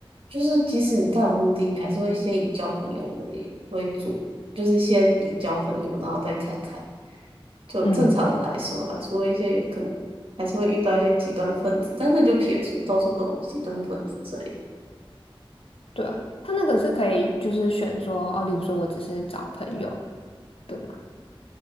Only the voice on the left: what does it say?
嗯，
对啊，他那个是可以就是选说，哦，例如说我只是找朋友的嘛，